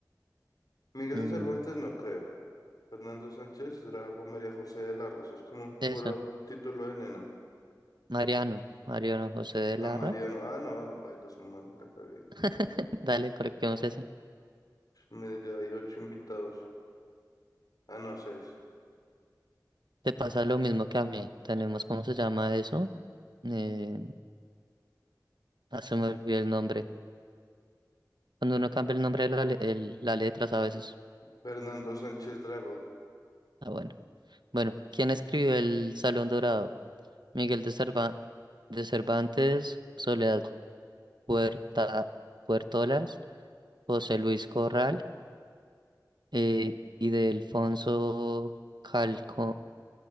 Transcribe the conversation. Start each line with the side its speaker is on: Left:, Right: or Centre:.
Left: Miguel
Right: Mm,
Left: de Cervantes no creo. Fernando Sánchez, Drago, María José de Larra. Eso es como
Right: eso.
Left: puro título de nena.
Right: Mariano, Mariano José de
Left: A
Right: Larra.
Left: Mariano. Ah, no, lo paila es un man, la cagué.
Right: <laughs> Dale, coloquemos ese.
Left: me ya hay ocho invitados. Ah, no, seis.
Right: Te pasa lo mismo que a mí. Tenemos, ¿cómo se llama eso? Eh, ah, se me olvidó el nombre. Cuando uno cambia el nombre de la, le- el- la letra, ¿sabes?
Left: Fernando Sánchez Drago.
Right: Ah, bueno. Bueno, ¿quién escribió El Salón Dorado? Miguel de Cerva- de Cervantes, Soledad Puerta Puertolas, José Luis Corral eh, y de Alfonso Calco